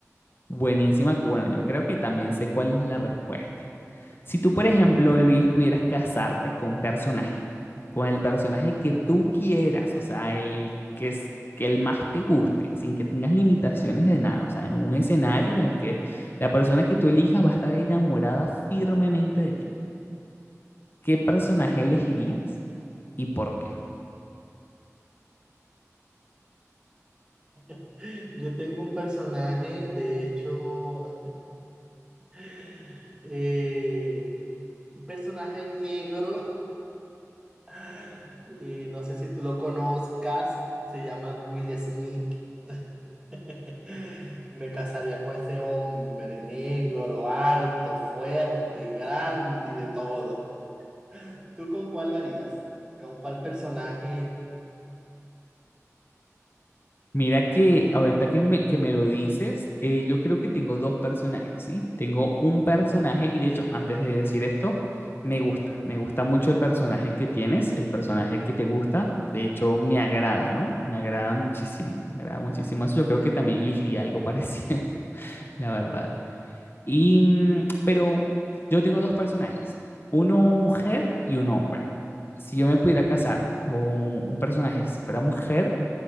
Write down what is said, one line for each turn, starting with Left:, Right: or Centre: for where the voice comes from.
Left: buenísima que, bueno, yo creo que también sé cuál es la respuesta. Si tú, por ejemplo, Luis, pudieras casarte con un personaje, con el personaje que tú quieras, o sea, el que es que el más te guste, sin que tengas limitaciones de nada, o sea, en un escenario en el que la persona que tú elijas va a estar enamorada firmemente de ti. ¿qué personaje elegirías y por qué?
Right: <laughs> Yo tengo un personaje, de hecho, <laughs> eh, un personaje negro, <laughs> y no sé si tú lo conozcas, se llama Will Smith. <laughs> Me casaría con ese hombre negro, alto, fuerte, grande y de todo. ¿Tú con cuál lo harías? ¿Con cuál personaje?
Left: Mira que ahorita que me, que me lo dices, eh, yo creo que tengo dos personajes, ¿sí? Tengo un personaje y de hecho, antes de decir esto, me gusta, me gusta mucho el personaje que tienes, el personaje que te gusta, de hecho me agrada, ¿no? Me agrada muchísimo, me agrada muchísimo eso, yo creo que también elegiría algo parecido, <laughs> la verdad. Y, mm, pero yo tengo dos personajes, uno mujer y uno hombre. Si yo me pudiera casar con un personaje, si fuera mujer,